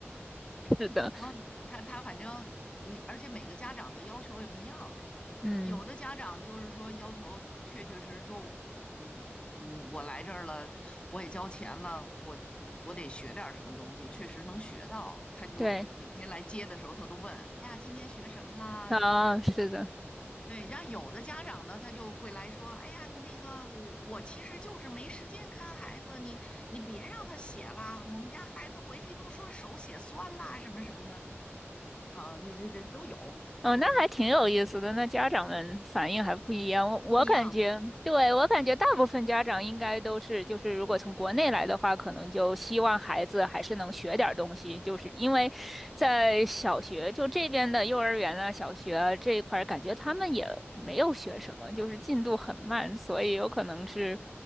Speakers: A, in the centre; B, on the left.
A: <laughs> 是的，
B: 然后他他反正你，而且每个家长的要求也不一样，
A: 嗯，
B: 有的家长就是说要求，确确实实说我，嗯嗯嗯，我来这儿了，我也交钱了，我我得学点儿什么东西，确实能学到。他就每天来接的时候，
A: 对，
B: 他都问，哎呀，今天学什么啦？
A: 啊，
B: 什么这样？
A: 是的。
B: 对，然后有的家长呢，他就会来说，哎呀，那个我我其实就是没时间看孩子，你你别让他写啦，我们家孩子回去都说手写酸啦，什么什么的，啊，这这这都有，
A: 哦，那还挺有意思的。
B: 嗯，
A: 那家长们反应还不一样，我我感觉，
B: 不一样，
A: 对，我感觉大部分家长应该都是，就是如果从国内来的话，可能就希望孩子还是能学点儿东西，就是因为在小学就这边的幼儿园啊、小学啊这一块儿，感觉他们也没有学什么，就是进度很慢，所以有可能是